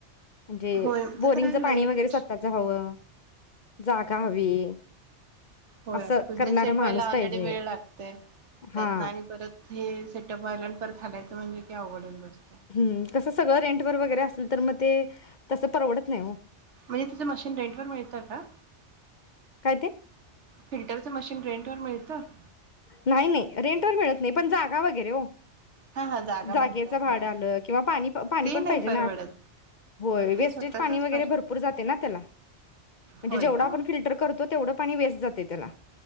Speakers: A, on the left; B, on the right.
A: म्हणजे
B: होय
A: बोरिंगचं
B: ते तर लाईट
A: पाणी वगैरे स्वतःच हवं, जागा हवी.
B: आता
A: असं
B: बिझनेस
A: करणारा
B: सेट
A: माणूस
B: व्हायला ऑलरेडी
A: पाहिजे.
B: वेळ लागतय त्यात
A: हा
B: आणि परत ही सेटअप व्हायला आणि ते परत हालायच म्हणजे की अवडून बस
A: हम्म कसं सगळं रेंट वर वगैरे असेल तर मग ते तसं परवडत नाही हो.
B: म्हणजे तिचं मशीन रेंटवर मिळतं का?
A: काय ते?
B: फिल्टरचं मशीन रेंट वर मिळते. त्त <inaudible>
A: नाही नाही रेंट वर मिळत नाही पण जागा वगैरे हो
B: हा हा जागा
A: जागेच
B: म्हणताय
A: भाड
B: होय.
A: आलं किंवा पाणी पाणी
B: ते
A: पण
B: नाही
A: पाहिजे
B: परवडत
A: ना होय वेस्टेज
B: हे स्वतःचच
A: पाणी वगैरे
B: पर
A: भरपूर जाते ना त्याला म्हणजे
B: होय
A: जेवढं
B: का?
A: आपण फिल्टर करतो तेवढ पाणी वेस्ट जाते त्याला.